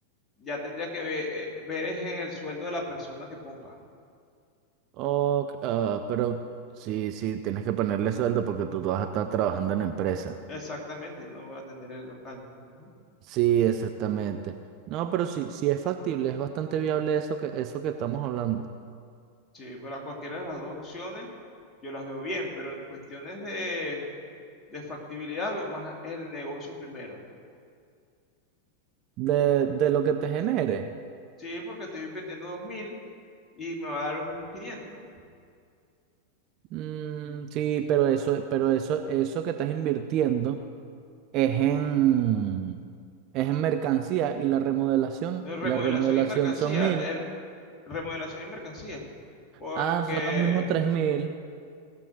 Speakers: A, on the left; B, on the right.
A: ya tendría que ve- eh, ver, es en el sueldo de la persona que ponga.
B: Ok, ah, pero sí, sí, tienes que ponerle sueldo porque tú vas a estar trabajando en empresa.
A: Exactamente, no voy a atender el local. ujú.
B: Sí, exactamente. No, pero sí, sí es factible, es bastante viable eso que, eso que estamos hablando.
A: Sí, para cualquiera de las dos opciones yo las veo bien, pero en cuestiones de, de factibilidad veo más el negocio primero.
B: De, de lo que te genere.
A: Sí, porque estoy invirtiendo 2.000 y me va a dar los mismos quinientos
B: Mm, sí, pero eso, pero eso, eso que estás invirtiendo es en, es en mercancía y la remodelación,
A: Eh, Remodelación
B: la remodelación
A: y mercancía,
B: son mil.
A: el, remodelación y mercancía. Porque,
B: Ah, son los mismos tres mil.